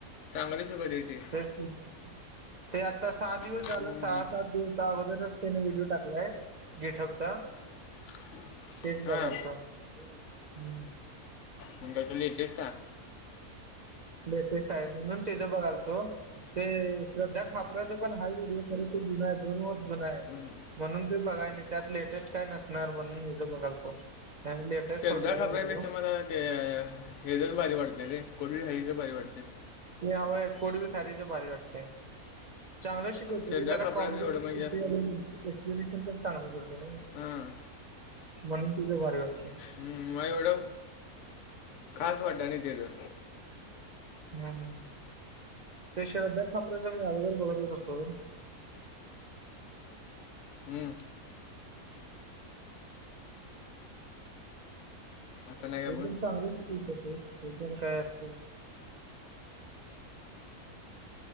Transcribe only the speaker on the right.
तेच ते आता सहा दिवस
झालं सहा सात दिवस अगोदरच त्याने व्हिडिओ टाकलाय गिटपचा.
शेच
बघालता हम्म.
लेटेस्ट आहे म्हणून तेचा बघाल तो. ते श्रद्धा खापराचा पण हा व्हिडिओ खरे ते जुना आहे दोन वर्ष जुना आहे.
म्हणून ते बघाय नाही त्यात लेटेस्ट काय नसणार म्हणून हे ज बघाल तो. ह लेटेस्ट
सोडलाय
व्हिडिओ.
हव कोडवी थारीच भारी वाटते चांगलं शिक. त
रे जरा
कॉमेडी
पणते.
रिलेशन पण चांगलं करते ना
म्हणून तुझ भारी वाटते.
हम् ते श्रद्धा खापरा्याच मी अगोदर बघत होत कोण?
ते
पण चांगले चिकल तस ते पण काय असत.